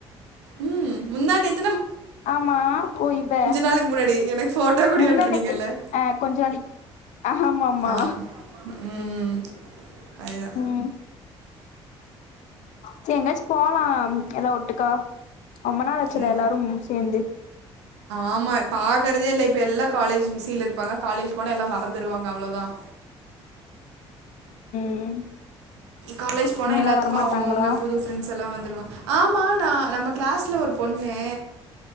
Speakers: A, on the right (about 75°); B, on the left (about 55°).
A: ம் முந்தானேத்
B: ஆமா ஓ இவ
A: நாளுக்கு முன்னாடி எனக்கு ஃபோட்டோ கூட
B: முந்தானேத்து
A: அனுப்புனீங்கல்ல
B: அஹ் கொஞ்ச நாளிக் ஆமாம
A: ஆம் ம் அதுதா
B: உம் சரி எங்கயாச்சும்போலாம் எல்லா ஒட்டுக்கா ரொம்ப நாளாச்சுல
A: இன்
B: எல்லாரும் சேந்து
A: ஆமா பாக்கறதே இல்ல இப்ப எல்லா காலேஜ் பிசியில இருப்பாங்க காலேஜ் போனா எல்லா மறந்துருவாங்க அவ்ளோதாநல
B: ம்
A: காலேஜ் போனா
B: ஏனா
A: எல்லாத்துக்கு
B: வரமாட்டாங்களா
A: அவங்கவுங்க புது ஃப்ரெண்ட்ஸ் எல்லா வந்துருவாங் ஆமா நா நம்ம கிளாஸ்ல ஒரு பொண்ணு